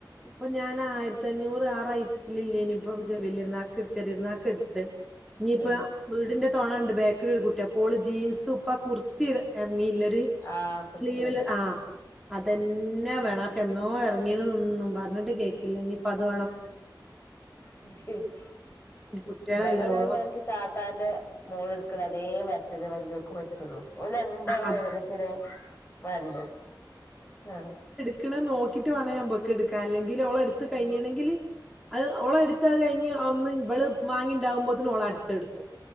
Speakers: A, in the centre; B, on the left (about 30°).
A: ഇപ്പൊ ഞാൻ ആയിരത്തി അഞ്ഞൂറ് ആ റേയിറ്റില്ലില്ലേന് ഇപ്പം വലിയ പെരുന്നാക്ക് ചെറിയ പെരുന്നാക്ക് എടുത്ത് ഇന്നി ഇപ്പോ
B: ഉം
A: വീടിന്റെ തോണ ഉണ്ട് ബാക്കിൽ ഒരു കുട്ടി അപ്പോ ഓള് ജീൻസ് ഇപ്പ ആ കുർത്തി ഇറങ്ങിയില്ല ഒരു
B: ആഹ് കുർത്തിയറി
A: സ്ലീവില് ആഹ് അതന്നെ വേണം അതൊക്കെ എന്നോ ഇറങ്ങീണന്ന് ഒന്നും പറഞ്ഞിട്ട് കേ ക്കില്ല ഇഞ്ഞി ഇപ്പ അതൊ
B: ഉം അയ് ശരി
A: കുട്ടികളെല്ലോളം
B: ഇബടെ അതെ മാര്ക്ക് താത്തന്റെ മോള് ഇട്ക്ക്ണ അതേ മാര്ത്തത് വല്ല്യോക്ക് പ റ്റൊള്ളൂ ഓല് രണ്ടാളു
A: അത്
B: ഏകദേശ ഒരേ മാതിരിയ ആ
A: ക്ക്ണ നോക്കിട്ട് വാണം ഞാൻ ഇബക്ക് ഇട്ക്കാ അല്ലേങ്കില് ഓള ഇട്ത്ത്‌
B: ആഹ്
A: കഴിഞ്ണെങ്കില് അത് ഓള് ഇട്ത്ത അത് കഴിഞ്ഞ് ഒന്ന് ഇവള് വാങ്ങിണ്ടാവുമ്പോത്തിന് ഓള അട്ത്ത ഇട്ക്കും